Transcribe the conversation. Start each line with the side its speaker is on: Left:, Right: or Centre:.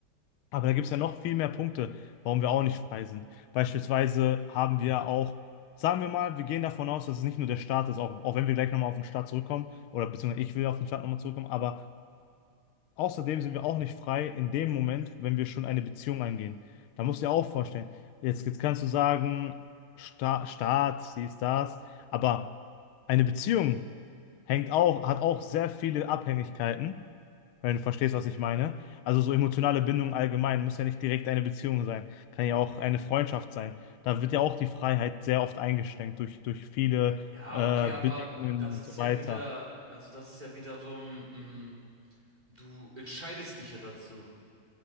Left: Aber da gibt es ja noch viel mehr Punkte, warum wir auch nicht frei sind. Beispielsweise haben wir auch, sagen wir mal, wir gehen davon aus, dass es nicht nur der Staat ist, auch, auch wenn wir gleich nochmal auf den Staat zurückkommen, oder beziehungsweise ich will auf den Staat nochmal zurückkommen, aber Außerdem sind wir auch nicht frei in dem Moment, wenn wir schon eine Beziehung eingehen. Da musst du dir auch vorstellen. Jetzt, jetzt kannst du sagen, Sta Staat, sie das, aber eine Beziehung hängt auch, hat auch sehr viele Abhängigkeiten, wenn du verstehst, was ich meine. Also so emotionale Bindung allgemein muss ja nicht direkt eine Beziehung sein, kann ja auch eine Freundschaft sein. Da wird ja auch die Freiheit sehr oft eingeschränkt durch, durch viele
Right: Ja,
Left: äh,
Right: okay, aber
Left: Bedingungen
Right: das
Left: und
Right: ist
Left: so
Right: ja
Left: weiter.
Right: wieder, also das ist ja wieder so ein, mm, du entscheidest dich ja dazu.